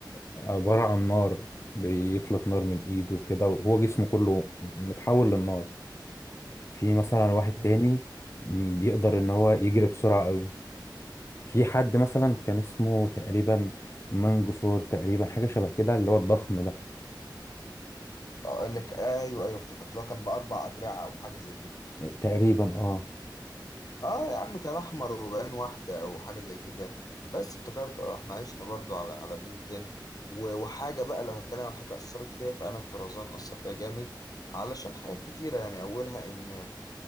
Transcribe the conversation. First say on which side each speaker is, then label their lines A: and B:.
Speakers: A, on the left; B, on the left.
A: عبارة عن نار بيطلق نار من إيده كده وهو جسمه كله متحول للنار في مثلا واحد
B: امم
A: تاني م- يقدر ان هو يجري بسرعة قوي في حد مثلا كان اسمه تقريبا منجثور تقريبا حاجة شبه كده اللي هو الضخم ده
B: اقول لك ايوه ايوه افتكرت لو كان باربع ادرعه او حاجه زي كده
A: تقريبا اه
B: اه يا عم كان احمر وبعين واحده او حاجه زي كده بس افتكرت اه احنا عشنا برضو على على بنتين و- وحاجه بقى لو هتكلم عن حاجه اثرت فيها فانا الطرزان اثر فيها جامد علشان حاجات كتيره يعني اولها ان